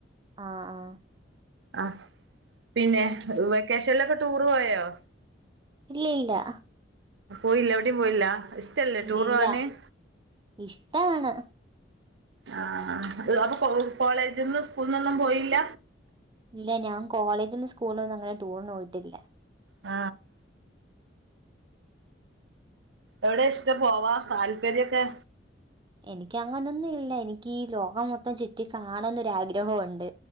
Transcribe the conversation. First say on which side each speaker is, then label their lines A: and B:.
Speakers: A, on the right (about 25°); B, on the right (about 70°).
A: ആ ആ
B: ആ പിന്നെ വെക്കേഷനിലൊക്കെ ടൂറ് പോയോ
A: ഇല്ല ഇല്ല
B: പോയില്ല എവിടയും പോയില്ല ഇഷ്ടല്ലേ
A: ഇല്ലില്ല
B: ടൂർ പോവാന്
A: ഇഷ്ടാണ്
B: ആ അ അപ്പൊ കോളേജിൽന്നും സ്കൂള്ന്നൊന്നും പോയില്ല
A: ഇല്ല ഞാൻ കോളേജിലും സ്കൂളും ഒന്നും അങ്ങനെ ടൂറിനു പോയിട്ടില്ല
B: ആ എവിടെ ഇഷ്ട പോവാ താല്പര്യൊക്കെ
A: എനിക്ക് അങ്ങനൊന്നും ഇല്ല എനിക്ക് ഈ ലോകം മൊത്തം ചുറ്റി കാണന്നൊരാഗ്രഹണ ണ്ട്